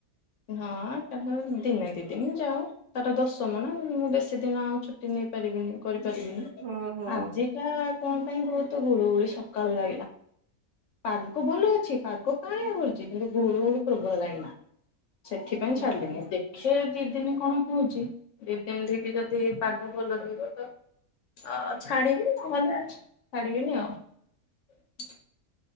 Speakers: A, on the left (about 65°); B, on the right (about 55°).
A: ହଁ ତାଙ୍କର ଦିନେ ଦି ଦିନି ଯାଉ ତାର ଦଶମ ନା ମୁଁ ବେଶୀ ଦିନ ଆଉ ଛୁଟି ନେଇ ପାରିବିନି କରିି ପାରିବିନି
B: ହଁ ହଁ
A: ଆଜିଟା କଣ ପାଇଁ ବହୁତ ଗୁଳୁ ଗୁଳି ସକାଳୁ ଲାଗିଲା ପାଗ ଭଲ ଅଛି ପାଗ କାଆଁଳିଆ କରିଛି କିନ୍ତୁ ଗୁଳୁ ଗୁଳି ପ୍ରବଳ ଲାଗିଲା। ସେଥିପାଇଁ
B: ହଁ
A: ଛାଡିଲିନି
B: ହଁ
A: ଦେଖେ ଦି ଦିନି କଣ ହଉଛି ଦି ଦିନି ଧିକି ଯଦି ପାଗ ଭଲ ରହିବ ତ ଅ ଛାଡିବି ନହେଲେ ଅଛି ଛାଡିବିନି ଆଉ।